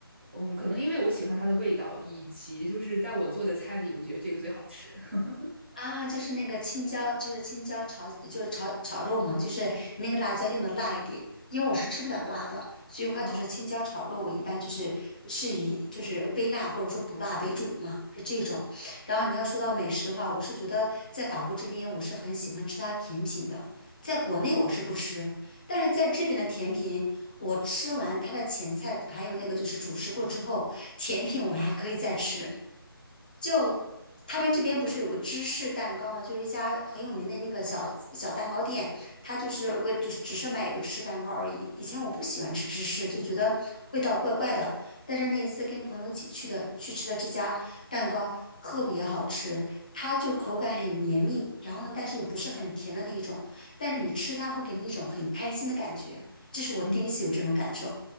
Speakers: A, on the right; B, on the left.
A: 嗯，可能因为我喜欢它的味道，以及就是在我做的菜里，我觉得这个最好吃。<laughs>
B: 啊，就是那个青椒，就是青椒炒，就是炒炒肉嘛，就是那个辣椒用的辣一点，因为我是吃不了辣的，所以的话就是青椒炒肉，
A: 哦，
B: 我一般就是是以就是微辣或者说不辣为主的嘛，是这种。然后你要说到美食的话，我是觉得在法国这边我是很喜欢吃它的甜品的，在国内我是不吃，但是在这边的甜品，我吃完它的前菜还有那个就是主食过之后，甜品我还可以再吃。就他们这边不是有个芝士蛋糕吗？就是一家很有名的那个小小蛋糕店，它就是为就是只是卖一个芝士蛋糕而已。以前我不喜欢吃芝士，就觉得味道怪怪的。但是那一次跟朋友一起去的，去吃的这家蛋糕特别好吃，它就口感很绵密，然后呢，但是又不是很甜的那一种，但是你吃它会给你一种很开心的感觉，这是我第一次有这种感受。
A: 嗯